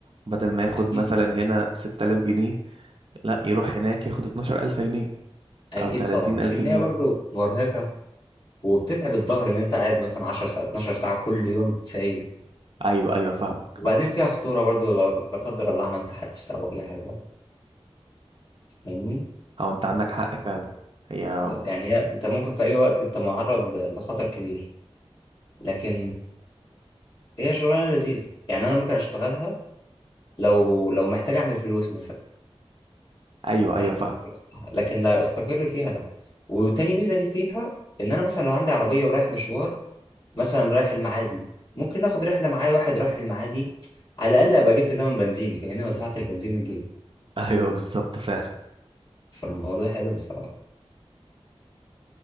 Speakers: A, on the right; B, on the left.
A: بدل ما ياخد
B: اكيد
A: مثلا
B: طبعا
A: هنا 6000 جنيه لا يروح هناك ياخد 12000 جنيه
B: اكيد
A: أو 30000
B: طبعا لكن
A: جنيه
B: هي برضو مرهقه وبتتعب الظهر ان انت قاعد مثلا 10 ساعات 12 ساعه كل يوم سايق
A: أيوه أيوه فاهمك
B: وبعدين فيها خطورة برضو لو- لا قدر الله عملت حادثة أو أي حاجة فاهمني
A: أو أنت عندك حق فعلا هي
B: يعني هي أنت ممكن في أي وقت أنت معرض ل- لخطر كبير لكن هي شغلانة لذيذة يعني أنا ممكن أشتغلها لو لو محتاج أعمل فلوس مثلا
A: أيوه أيوه
B: إحت-
A: فاهم
B: لكن لا أستقر فيها لأ وتاني ميزة لي فيها إن أنا مثلا لو عندي عربية ورايح مشوار مثلا رايح المعادي ممكن آخد رحلة معايا واحد رايح المعادي على الأقل أبقى جبت تمن بنزيني فاهمني ما دفعتش بنزين من جيبي
A: <laughs> أيوه بالظبط فعلا
B: فالموضوع حلو الصراحة